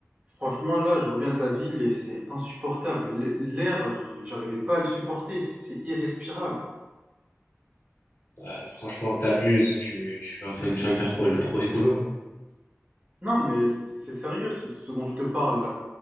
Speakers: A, on the right; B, on the left.
A: Franchement là, je reviens de la ville et c'est insupportable. L- L'air, j- j'arrivais pas à le supporter, c- c'est irrespirable.
B: Bah, franchement, t'abuses, tu, tu, vas faire, tu vas me faire quoi, le pro-écolo?
A: Non, mais c- c'est sérieux ce, ce dont je te parle là.